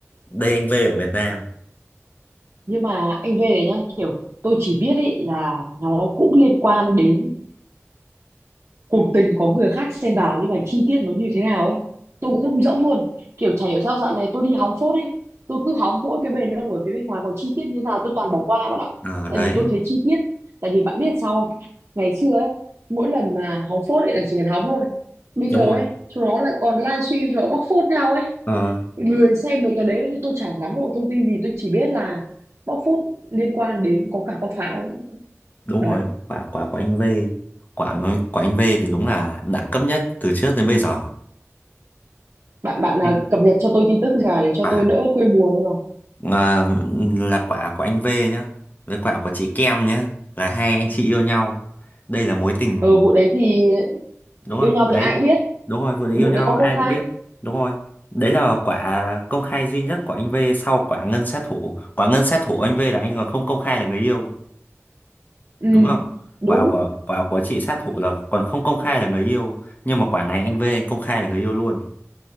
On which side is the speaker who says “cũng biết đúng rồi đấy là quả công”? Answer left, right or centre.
Left